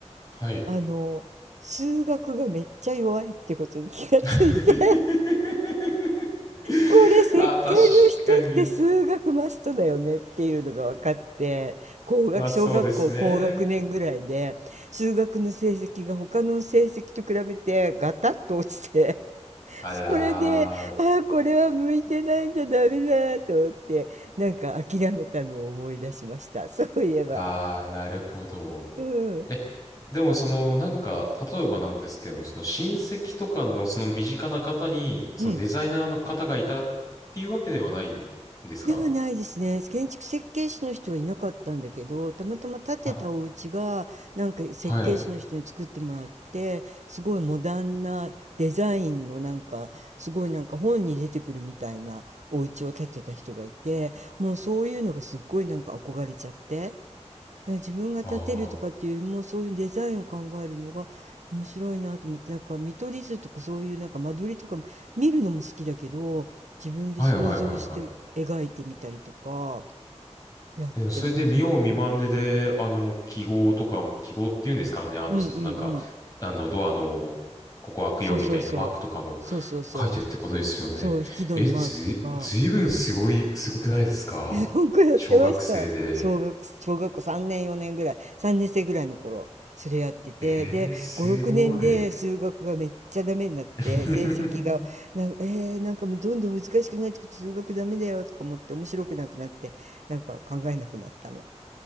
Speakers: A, on the left; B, on the right.
A: はい。
B: あの、数学がめっちゃ弱いってことに気がついて、
A: <laughs>
B: <laughs> これ設計の人って数学マストだよねっていうのが分かって、
A: あー、確かに。
B: 高学、
A: まあそうですね。
B: 小学校高学年ぐらいで、数学の成績が他の成績と比べてガタッと落ちて、
A: あらー、
B: それで、ああ、これは向いてないんだ、ダメだと思って、なんか諦めたのを思い出しました。<laughs> そういえば。
A: あー、なるほど。
B: うん。
A: え、でもその、なんか、例えばなんですけども、その親戚とかのその身近な方に、そのデザイナーの方がいたっていうわけではないんですか
B: うん。ではないですね。建築設計士の人はいなかったんだけど、たまたま建てたお家が、
A: あ、
B: なんか設計士の人に作ってもらって、
A: はい。
B: すごいモダンなデザインのなんか、すごいなんか本に出てくるみたいなお家を建てた人がいて、もうそういうのがすっごいなんか憧れちゃって。自分が立てるとかっていうよりもそういうデザインを考えるのが面白いなと思ってなんか見取り図とかそういうなんか間取りとか見るのも好きだけど自分で想像して描いてみたりとか
A: ああ、はいはいはいはい。
B: やってます。
A: えでもそれで見よう見まねで、あの、記号とか、記号っていうんですかね、あの、
B: うんうんうん。
A: そのなんか、あの、ドアの、ここ開くよみたいなマークとかも
B: そうそうそう。そうそうそう。
A: 書いてってことですよね。
B: ひそう、引き戸のマークとか。
A: え、ずい、ずいぶんすごい、すごくないですか小学生で。
B: 本校やってました。小学、小学校3年、4年ぐらい、3年生ぐらいの頃、それやってて、
A: えー、
B: で、
A: すごい。
B: 5、6年で数学がめっちゃダメになって、
A: <laughs>
B: 成績が、なんか、えー、なんかもうどんどん難しくなってくて、数学ダメだよとか思って、面白くなくなって、なんか考えなくなったの。